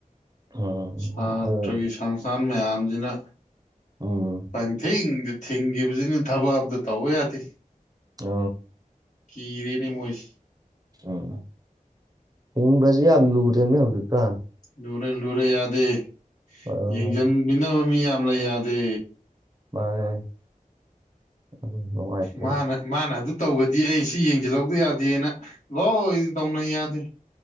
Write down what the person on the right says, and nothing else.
ꯎꯝ
ꯑꯗꯨ
ꯎꯝ
ꯑ
ꯎꯝ ꯍꯤꯡꯕꯁꯨ ꯌꯥꯝ ꯂꯨꯨꯔꯦꯅꯦ ꯍꯧꯖꯤꯛꯀꯥꯟ
ꯑꯗꯨꯅ
ꯃꯥꯅꯦ ꯑꯗꯨꯝ ꯅꯨꯡꯉꯥꯏꯇꯦ